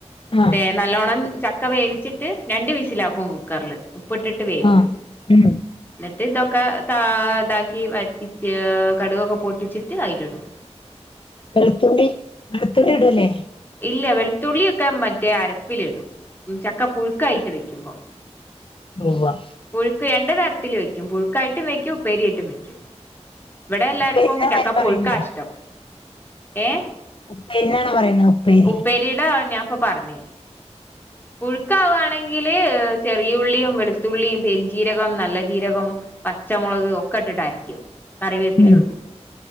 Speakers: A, on the left (about 50°); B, on the left (about 15°).
A: ആഹ്
B: തേ നല്ലോണം ചക്ക വേവിച്ചിട്ട് രണ്ട് വിസിലാക്കും കുക്കർല്. ഉപ്പ്ട്ടിട്ട് വേവിക്കും.
A: ആഹ് ഉം
B: ന്നിട്ട് ഇതൊക്കെ താ താക്കി വറ്റിച്ച് കടുകൊക്കെ പൊട്ടിച്ചിട്ട് അയില് ഇടും.
A: വെളുത്തുള്ളി വെളുത്തുള്ളി ഇടുല്ലേ.
B: ഇല്ല വെളുത്തുള്ളിയൊക്കെ മറ്റേ അരപ്പിലിടും, ചക്ക പുഴുക്കായിട്ട് വെക്കുമ്പോ.
A: മുവ്വാ
B: പുഴുക്ക് രണ്ട തരത്തില് വയ്ക്കും പുഴുക്കായിട്ടും വെക്കും ഉപ്പേരിയായിട്ടും വെക്കും. വടെ എല്ലാർക്കും
A: ഉപ്പേരിന്നാണോ
B: ചക്കപ്പുഴുക്കാ
A: അയിന് പറയുന്നേ
B: ഇഷ്ടം ഏ.
A: ഉപ്പേരിന്നാണോ പറയുന്നേ ഉപ്പേരി
B: ഉപ്പേരിടാ ഞാൻപ്പൊ പറഞ്ഞേ. പ്പുഴുക്കാവാണെങ്കില് ചെറിയുള്ളിയും വെളുത്തുള്ളിയും പെരിഞ്ചീരകം നല്ല ജീരകം. പച്ചമൊളക് ഒക്കെ ഇട്ടിട്ടരക്കും. കറിവേപ്പിലിം
A: ഉം
B: ഇടും